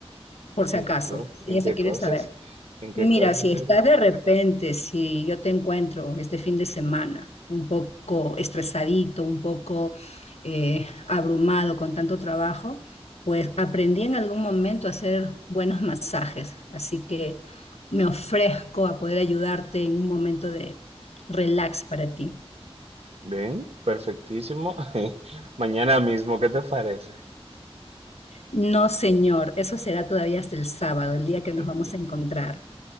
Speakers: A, on the left; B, on the right.
A: por
B: ¿En
A: si acaso,
B: qué cosas?
A: si
B: ¿En
A: eso
B: qué
A: quieres
B: cosas?
A: saber.
B: ¿En qué
A: Mira,
B: cosas,
A: si estás
B: Eric?
A: de repente, si yo te encuentro este fin de semana un poco estresadito, un poco eh, abrumado con tanto trabajo, pues aprendí en algún momento a hacer buenos masajes. Así que me ofrezco a poder ayudarte en un momento de relax para ti.
B: Bien, perfectísimo. <laughs> Mañana mismo, ¿qué te parece?
A: No, señor, eso será todavía hasta el sábado,
B: <laughs>
A: el día que nos vamos a encontrar.